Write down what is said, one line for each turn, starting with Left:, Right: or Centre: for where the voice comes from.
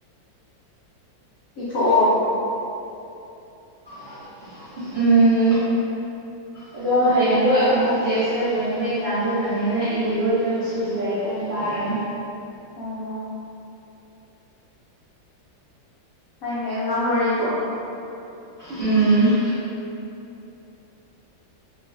Left: ꯏꯤꯊꯣꯛꯑꯣ
Right: ꯍ ꯎꯝ ꯑꯗꯣ ꯍꯌꯦꯡꯗꯣ ꯑꯃꯨꯛ ꯇꯦꯁ ꯂꯩꯕꯅꯤꯅ ꯑꯦꯛꯖꯥꯝ ꯂꯩꯕꯅꯤꯅ ꯏꯔꯔꯣꯏꯗ ꯉꯁꯤꯗꯤ ꯂꯥꯏꯔꯤꯛ ꯂ ꯄꯥꯔꯅꯤ
Left: ꯑꯣ ꯍ ꯑꯦꯛꯖꯥꯝ ꯍꯔꯣꯏꯨ
Right: ꯎꯝ